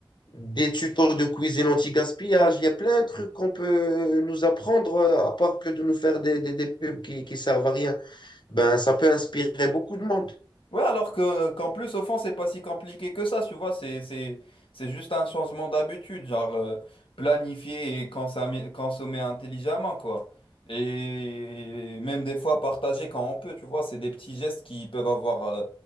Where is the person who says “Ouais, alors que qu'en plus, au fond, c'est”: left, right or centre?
Left